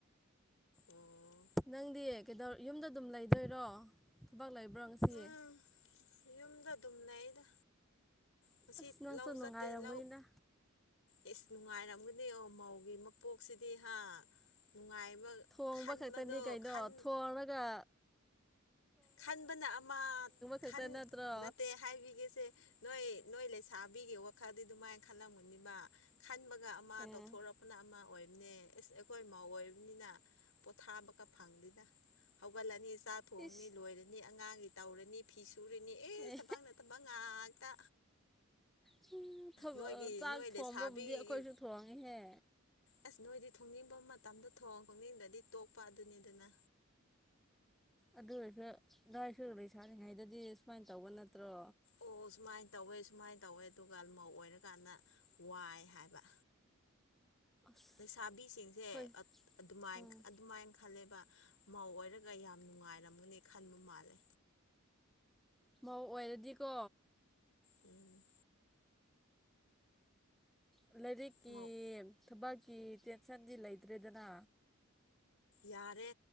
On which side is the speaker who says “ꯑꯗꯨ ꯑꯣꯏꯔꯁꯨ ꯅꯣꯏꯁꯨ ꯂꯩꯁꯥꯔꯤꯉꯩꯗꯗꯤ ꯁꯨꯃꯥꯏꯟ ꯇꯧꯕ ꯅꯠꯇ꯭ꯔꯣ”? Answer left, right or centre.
Centre